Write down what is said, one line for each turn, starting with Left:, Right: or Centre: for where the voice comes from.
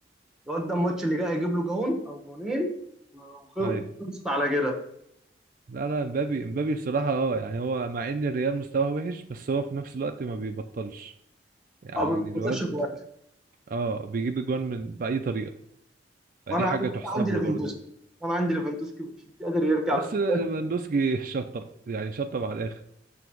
Centre: الواد ده الماتش اللي جاي هيجيب له جون او جونين وخ- وخلصت
Right: ايوه
Centre: على كده
Right: لا لا مبابي مبابي الصراحة اه يعني هو مع ان الريال مستواه وحش بس هو في نفس الوقت ما بيبطلش يعني
Centre: او ما
Right: الواد
Centre: خسرش جوان
Right: اه بيجيب اجوان من بأي طريقة فدي
Centre: وانا عندي
Right: حاجة
Centre: أنا
Right: تحسب
Centre: عندي ليفاندوسكي
Right: له برضه
Centre: وانا عندي ليفاندوسكي مش مش قادر يرجع
Right: بس
Centre: للفريق.
Right: ليفاندوسكي <laughs> شطب يعني شطب على الآخر